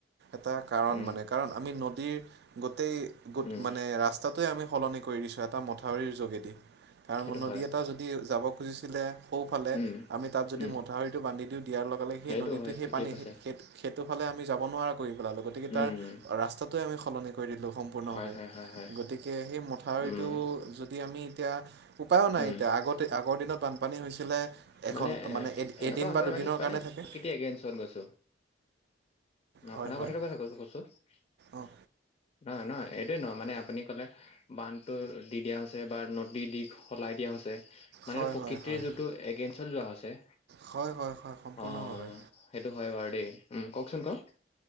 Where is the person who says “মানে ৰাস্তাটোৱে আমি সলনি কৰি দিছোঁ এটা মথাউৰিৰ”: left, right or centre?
Right